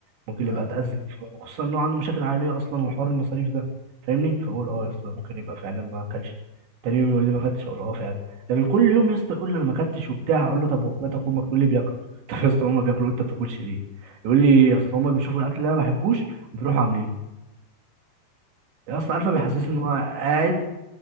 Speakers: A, on the right (about 90°); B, on the left (about 55°).
A: ممكن
B: اه
A: يبقى اتاذى وخصوصا انه عنده مشاكل عائليه اصلا وحوار المصاريف ده فاهمني فبقول اه
B: مم.
A: يا اسطى ممكن يبقى فعلا ما اكلش تاني يوم يقول لي ما اكلتش اقول اه فعلا لكن كل يوم يا اسطى يقول لي انا ما اكلتش وبتاع اقول له طب واخواتك وامك يقول لي بياكلوا <laughs> طب يا اسطى هما بياكلوا وانت ما بتاكلش ليه يقول لي اصل هما بيشوفوا الاكل اللي انا ما بحبوش وبيروحوا عاملينه يا اسطى عارفه بيحسسني
B: طب
A: ان هو قاعد